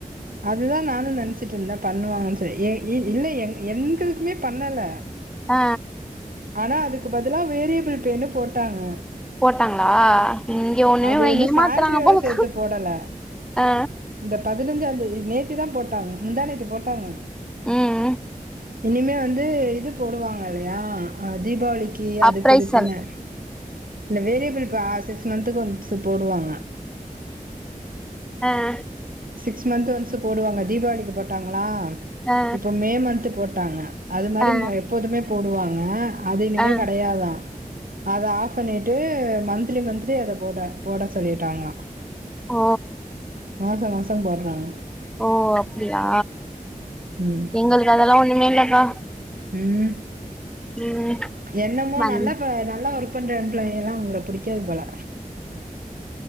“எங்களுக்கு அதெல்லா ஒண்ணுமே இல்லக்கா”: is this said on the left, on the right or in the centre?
Centre